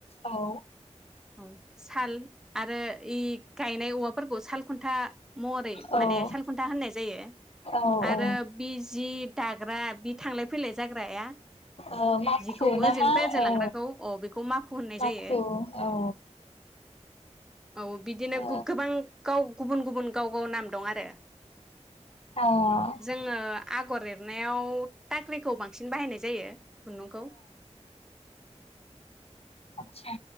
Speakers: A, on the left; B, in the centre.
A: औ।
B: औ। साल आरो इ गायनाय औवाफोरखौ साल खुन था महरै
A: औ
B: माने सालखुन्था होन्नाय जायो
A: औ
B: आरो
A: औ
B: बि जि दाग्रा बि थां फैलाय जाग्राया
A: ओ माखु
B: जिखौ
A: ना
B: ओजोंनिफ्राय
A: मा
B: ओजों
A: ओ
B: लांग्राखौ अ बेखौ माखु होननाय
A: माखु
B: जायो
A: औ।
B: औ बिदिनो
A: अ
B: गु गोबां गाव गुबुन गुबुन गाव गाव नाम दं आरो।
A: अ
B: जोङो आगर एरनायाव ताख्रिखौ बांसिन बाहायनाय जायो खुन्दुंखौ।
A: आदसा